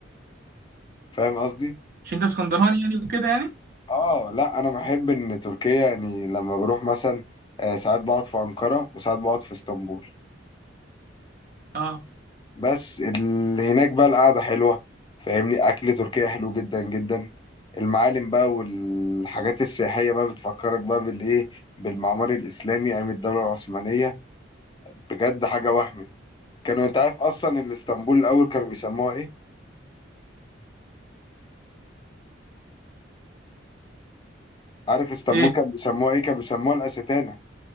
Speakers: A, on the left (about 25°); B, on the right (about 50°).
A: فاهم قصدي؟
B: عشان انت اسكندراني يعني وكده يعني
A: آه لا أنا بحب إن تركيا يعني لما بروح مثلا آه، ساعات بقعد في أنقرة وساعات بقعد في اسطنبول
B: اه
A: بس اللي هناك بقى القعدة حلوة فاهمني أكل تركيا حلو جدا جدا المعالم بقى والحاجات السياحية بقى بتفكرك بقى بالإيه بالمعمار الإسلامي أيام الدولة العثمانية بجد حاجة وهم كانوا أنت عارف أصلا إن اسطنبول الأول كانوا بيسموها إيه؟ عارف اسطنبول
B: ايه
A: كانوا بيسموها إيه؟ كانوا بيسموها الأستانة